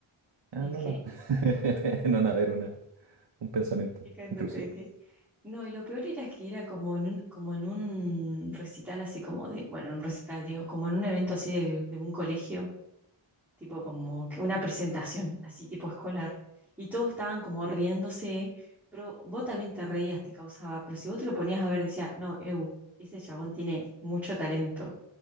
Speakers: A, on the right; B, in the centre.
A: Ah,
B: ¿El
A: no,
B: qué?
A: no. <laughs> No, nada, era una, un pensamiento
B: ¿Qué cantante
A: intrusivo.
B: de qué? No, y lo peor era que era como en un, como en un recital así como de... Bueno, en un recital, digo, como en un evento así de, de un colegio, tipo como que una presentación, así tipo escolar. Y todos estaban como riéndose, pero vos también te reías, te causaba... Pero si vos te lo ponías a ver, decías, no, eu, ese chabón tiene mucho talento.